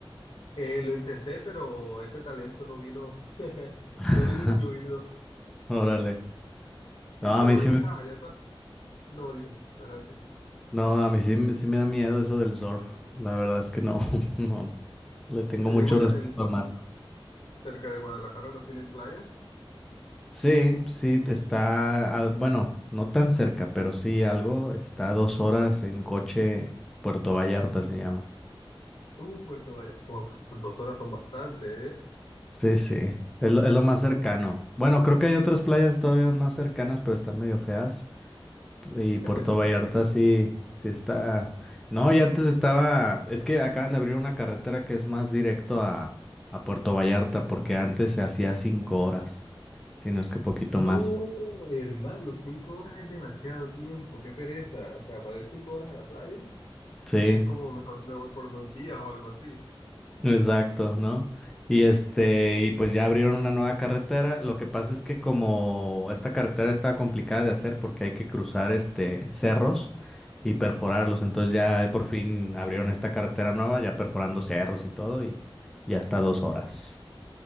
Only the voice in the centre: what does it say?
<laughs>
Órale.
No,
a mí
sí me,
no, a mí sí, me- sí me da miedo eso del surf. La verdad es que no, <laughs> no, le tengo
mucho
respeto
al mar.
Sí, sí, te está, a- bueno, no tan cerca, pero sí algo, está a dos horas en coche, Puerto Vallarta se llama.
Sí, sí, es lo, es lo más cercano. Bueno, creo que hay otras playas todavía más cercanas, pero están medio feas. Y Puerto
Vallarta sí, sí está. No, y antes estaba. Es que acaban de abrir una carretera que es más directo a, a Puerto Vallarta, porque antes se hacía cinco horas, si no es que poquito
más.
Sí.
Exacto, ¿no? Y este, y pues ya abrieron una nueva carretera. Lo que pasa es que como esta carretera está complicada de hacer porque hay que cruzar este cerros y perforarlos. Entonces ya por fin abrieron esta carretera nueva, ya perforando cerros y todo, y ya está dos horas.